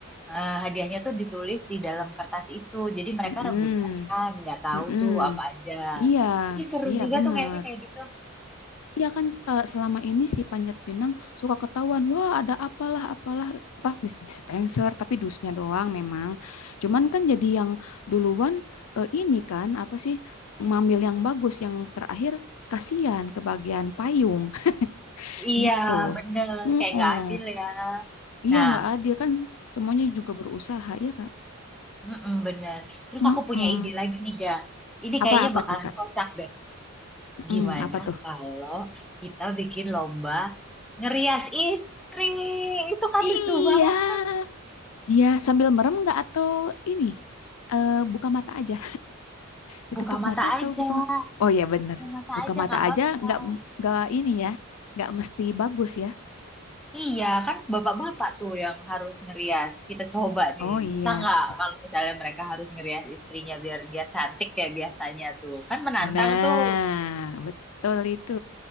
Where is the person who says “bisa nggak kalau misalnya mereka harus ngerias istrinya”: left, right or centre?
Centre